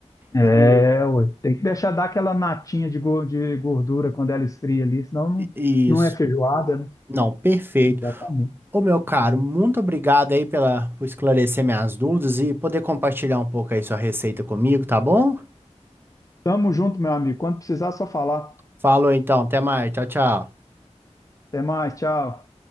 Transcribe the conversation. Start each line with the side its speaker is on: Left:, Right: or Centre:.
Left: É,
Right: E,
Left: ué, tem que deixar dar aquela natinha de gor- de gordura quando ela esfria ali, senão não,
Right: e-
Left: não
Right: isso.
Left: é feijoada, né?
Right: Não, perfeito.
Left: Exatamente.
Right: Ô, meu caro, muito obrigado aí pela, por esclarecer minhas dúvidas e poder compartilhar um pouco aí sua receita comigo, tá bom?
Left: Tamo junto, meu amigo. Quando precisar, é só falar.
Right: Falou então, até mais. Tchau, tchau.
Left: Até mais, tchau.